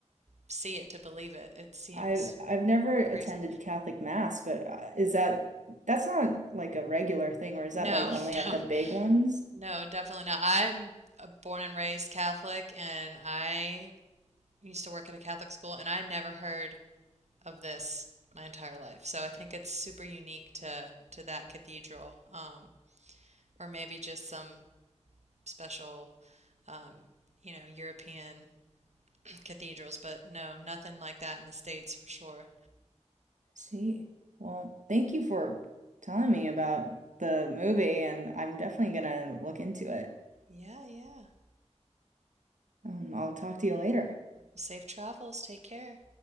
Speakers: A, on the right; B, on the right.
A: see it to believe it. It seems
B: I've I've never attended
A: crazy.
B: Catholic Mass, but uh, is that that's not like a regular thing or is that
A: No,
B: like only at
A: <laughs> no,
B: the big ones?
A: no, definitely not. I'm a born and raised Catholic and I used to work at a Catholic school and I never heard of this my entire life. So I think it's super unique to to that cathedral, um, or maybe just some special, um, you know, European <clears throat> cathedrals. But no, nothing like that in the States for sure.
B: See. Well, thank you for telling me about the movie, and I'm definitely gonna look into it.
A: Yeah, yeah. Well,
B: Um, I'll talk to you later.
A: safe travels. Take care.